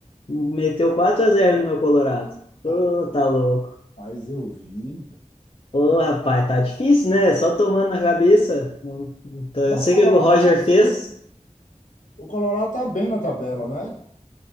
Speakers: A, on the left; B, on the left.
A: meteu quatro a zero no meu Colorado.
B: pô,
A: Ô, tá louco.
B: mas eu vi.
A: Ô,
B: E-
A: rapaz, tá difícil, né? Só tomando na cabeça. Não, não tô-
B: Mas
A: eu sei
B: o Colorado
A: o que o Roger
B: tá
A: fez.
B: bem. O Colorado tá bem na tabela, não é?